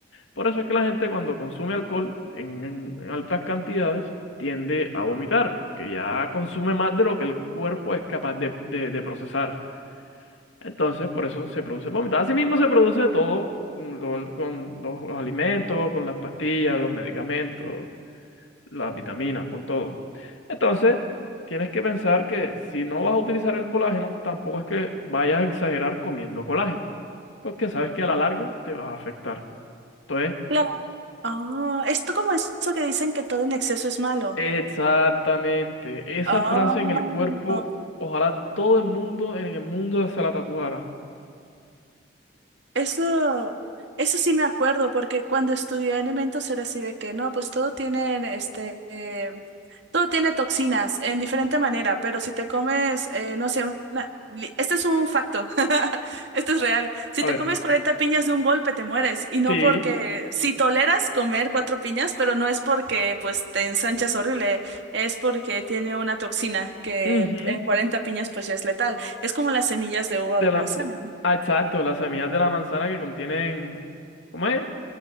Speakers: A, on the left; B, on the right.
A: Por eso es que la gente cuando consume alcohol en, en- en altas cantidades tiende a vomitar, porque ya consume más de lo que el cuerpo es capaz de, de- de procesar. Entonces, por eso se produce vómito. Asimismo, se produce todo mm, lo- con los alimentos, con las pastillas, los medicamentos, las vitaminas, con todo. Entonces, tienes que pensar que si no vas a utilizar el colágeno, tampoco es que vayas a exagerar comiendo colágeno, porque sabes que a la larga te vas a afectar. Entonces,
B: claro. Ah, esto como eso que dicen que todo en exceso es malo.
A: exactamente, esa
B: Oh.
A: frase en el cuerpo, ojalá todo el mundo en el mundo se la tatuara.
B: Eso, eso sí me acuerdo, porque cuando estudié alimentos era así de que no, pues todo tiene este, eh, todo tiene toxinas en diferente manera, pero si te comes, eh, no sé, una, li- este es un facto, <laughs> esto es real. Si
A: A
B: te
A: ver,
B: comes 40 piñas de un golpe te mueres, y no
A: sí,
B: porque, si toleras comer cuatro piñas, pero no es porque pues te ensanchas horrible, es porque tiene una toxina que
A: ujú,
B: en 40 piñas pues ya es letal. Es como las semillas de uva
A: de
B: o de
A: la,
B: manzana.
A: de- ah, exacto, las semillas de la manzana que contienen, ¿cómo es?